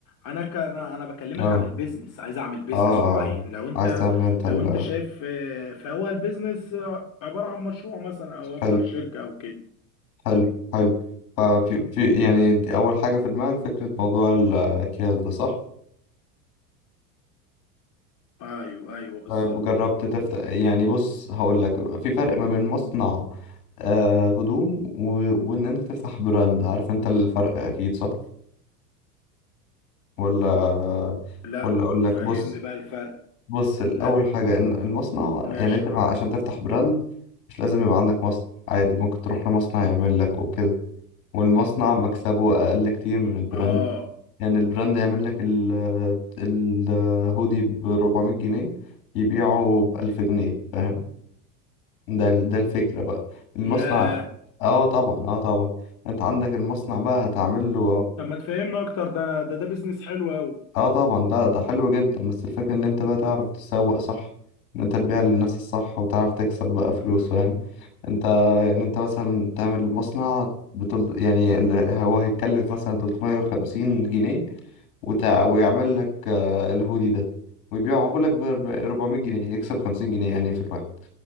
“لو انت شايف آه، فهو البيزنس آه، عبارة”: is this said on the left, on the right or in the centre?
Left